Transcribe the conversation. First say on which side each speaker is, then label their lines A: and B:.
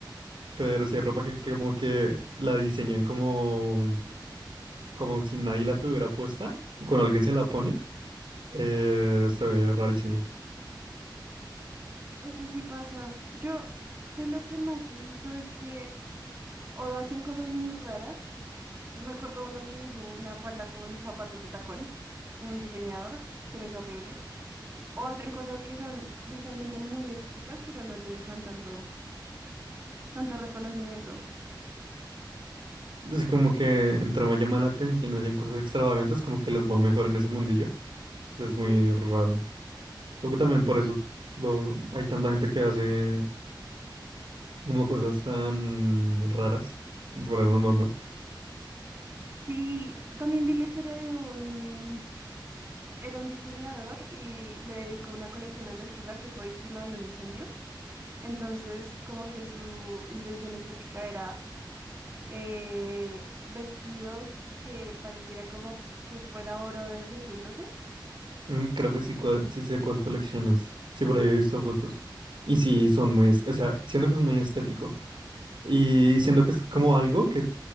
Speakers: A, on the right; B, on the right.
A: pero si hay ropa que que como que la diseñan como como si nadie la tuviera puesta y cuando alguien se la pone, eh, se ve rarísimo.
B: Eso sí pasa. Yo de lo que más he visto es que o hacen cosas muy raras. Me acuerdo uno que hizo una falda con zapatos de tacón, un diseñador, se me hizo horrible. O hacen cosas que son visualmente muy estéticas, pero no les dan tanto, tanto reconocimiento.
A: Así como que entre más llama la atención, hacen cosas extravagantes, como que les va mejor en ese mundillo. Entonces
B: Sí.
A: es muy raro. Solo que también por eso lo, hay tanta gente que hace como cosas tan raras, como fuera de lo normal.
B: Sí, también vi la historia de un Era un diseñador y le dedicó una colección a la esposa que fue víctima de un incendio. Entonces, como que su intención estética era eh, vestidos que pareciera como que fuera oro derritiéndose.
A: Mm, creo que sí, cua- sí sé cuál colección es. Sí, por ahí he visto fotos. Y sí, son muy, es- o sea, siento que es muy estético. Y siento que es como algo que